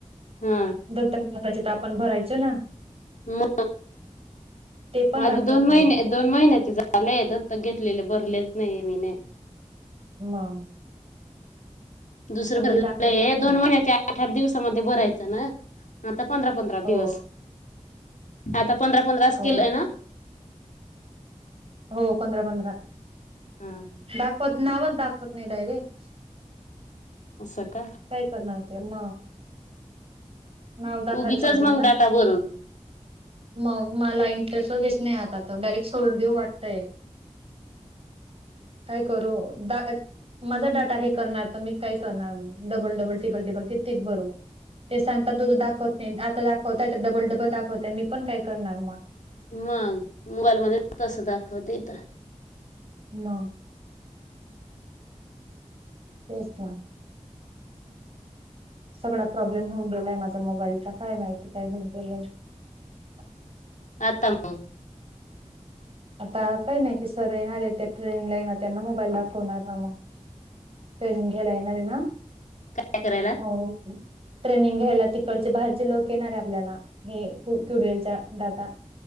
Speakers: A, on the left (about 80°); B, on the right (about 50°).
A: हा
B: दत्तक नााताचे तर आपण भरायचो ना
A: म
B: ते पण
A: माझे
B: दाखवत
A: दोन महिने
B: नाही
A: दोन महिन्याचे झालेय दत्तक घेतलेले बरले नाही मी नाही
B: मग
A: दुसरं
B: तर
A: भरलय
B: ते दाखवत नाही
A: दोन महिन्याच्या आठ, आठ दिवसामध्ये भरायचं ना आता पंधरा, पंधरा
B: हो
A: दिवस आता पंधरा पंधराच
B: हो
A: केलं आहे ना?
B: हो पंधरा, पंधरा
A: हा
B: दाखवत, नावच दाखवत नाही डायरेक्ट
A: उसा का
B: काय करणार ते म नाव दाखायला
A: उगीचच
B: पाहिजेल
A: मग
B: ना
A: डाटा भरून
B: मग मला सरस नाही आता डायरेक्ट सोडून देऊ वाटतयं काय करू? द माझा डाटा हे करणार तर मी काय करणार डबल, डबल ट्रिबल, ट्रिबल कित्येक करू ते सांगतात तुजं दाखवत नाही आता दाखवताय तर डबल, डबल दाखवताय मी पण काय करणार मग?
A: मग मोबाईल मधे तसच दाखवत इथ
B: मग तेच ना सगळा प्रॉब्लेम होेऊन गेलाय माझ्या मोबाईलचा,,, काय माहिती काय घेऊन गेलंय? <unintelligible>
A: अत मऽऽ
B: आता, काय माहिती सर येणार आ,, हे त्या ट्रेनिंगला येणार, त्यांना मोबाईल दाखवणार ना मगऽ न घ्यायला येणार ना
A: काय करायला
B: हो ट्रेनिंग घ्यायला तिकडचे बाहेरचे लोक येणारे आपल्याला हे क्युडलचा टा